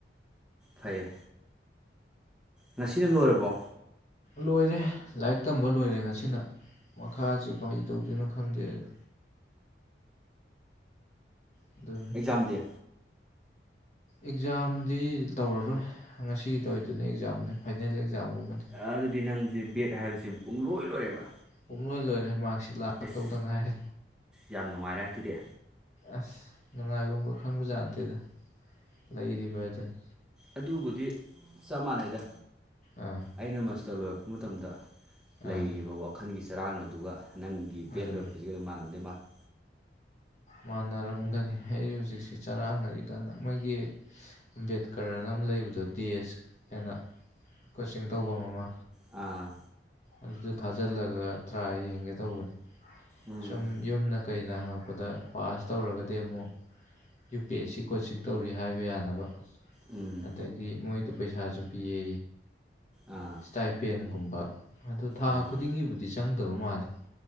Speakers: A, in the centre; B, on the left.
A: ꯐꯩꯌꯦ ꯉꯁꯤꯅ ꯂꯣꯏꯔꯕꯣ
B: ꯂꯣꯏꯔꯦ ꯂꯥꯏꯔꯤꯛ ꯇꯝꯕ ꯂꯣꯏꯔꯦ ꯉꯁꯤꯅ ꯃꯈꯥꯁꯦ ꯀꯃꯥꯏ ꯇꯧꯗꯣꯏꯅꯣ ꯈꯪꯗꯦ ꯑꯩꯖꯨ <unintelligible>
A: ꯑꯦꯛꯖꯥꯝ ꯗꯤ
B: ꯑꯦꯛꯖꯥꯝꯗꯤ ꯇꯧꯔꯔꯣꯏ ꯉꯁꯤ ꯇꯧꯔꯤꯗꯨꯅ ꯑꯦꯛꯖꯥꯝꯅꯤ ꯐꯥꯏꯅꯦꯜ ꯑꯦꯛꯖꯥꯝꯒꯨꯝꯕꯅꯤ
A: ꯑꯗꯨꯗꯤ ꯅꯪꯁꯦ ꯕꯦꯠ ꯍꯥꯏꯕꯁꯤ ꯄꯨꯡ ꯂꯣꯏ ꯂꯣꯏꯔꯦꯕ
B: ꯄꯨꯡꯂꯣꯏ ꯂꯣꯏꯔꯦ ꯃꯥꯛꯁꯤꯠ ꯂꯥꯛꯇꯧꯗ
A: ꯑꯦꯁ
B: ꯉꯥꯏꯔꯦ
A: ꯌꯥꯝ ꯅꯨꯡꯉꯥꯏꯔꯦ ꯑꯗꯨꯗꯤ
B: ꯑꯁ ꯅꯨꯡꯉꯥꯏꯕꯝꯒ ꯈꯪꯕꯖꯥꯠ ꯅꯠꯇꯦꯗꯥ ꯂꯩꯔꯤꯕ ꯍꯥꯏꯗꯨꯅꯤ
A: ꯑꯗꯨꯕꯨꯗꯤ ꯆꯞ ꯃꯥꯟꯅꯩꯗ
B: ꯑꯥ
A: ꯑꯩꯅ ꯃꯥꯁꯇꯔ ꯂꯣꯏꯔꯛꯄ ꯃꯇꯝꯗ ꯂꯩꯔꯤꯕ
B: ꯑꯥ
A: ꯋꯥꯈꯜꯒꯤ ꯆꯔꯥꯡꯅꯕꯗꯨꯒ ꯅꯪꯒꯤ
B: ꯎꯝ
A: ꯕꯦꯜ ꯂꯔꯛꯄꯁꯤꯒ ꯑꯗꯨꯝ ꯃꯥꯟꯅꯝꯗꯧ ꯃꯥꯜꯂꯤ
B: ꯃꯥꯟꯅꯔꯝꯒꯅꯤ ꯑꯩꯁꯨ ꯍꯧꯖꯤꯛꯁꯦ ꯆꯔꯥꯡꯅꯔꯤ ꯀꯥꯟꯅ ꯃꯣꯏꯒꯤ ꯑꯝꯕꯦꯛꯀꯔꯅ ꯑꯝ ꯂꯩꯕꯗꯣ ꯗꯤ ꯑꯦꯁ ꯑꯦꯅ ꯀꯣꯆꯤꯡ ꯇꯧꯐꯝ ꯑꯃ
A: ꯑꯥ
B: ꯑꯗꯨ ꯊꯥꯖꯤꯜꯂꯒ ꯇ꯭ꯔꯥ ꯌꯦꯡꯒꯦ ꯇꯧꯕꯅꯤ
A: ꯎꯝ
B: ꯁꯨꯝ ꯌꯨꯝꯅ ꯀꯩꯅ ꯍꯪꯉꯛꯄꯗ ꯄꯥꯁ ꯇꯧꯔꯒꯗꯤ ꯑꯃꯨꯛ U P S C coaching ꯇꯧꯔꯤ ꯍꯥꯏꯕ ꯌꯥꯅꯕ
A: ꯎꯝ
B: ꯑꯗꯒꯤ ꯃꯣꯏꯗꯨ ꯄꯩꯁꯥꯁꯨ ꯄꯤꯌꯦ
A: ꯑꯥ
B: ꯏꯁꯇꯥꯏꯄꯦꯟꯒꯨꯝꯕ ꯑꯗꯣ ꯊꯥ
A: ꯑꯥ
B: ꯈꯨꯗꯤꯡꯒꯤꯕꯨꯗꯤ ꯆ ꯆꯪꯗꯕ ꯃꯥꯜꯂꯦ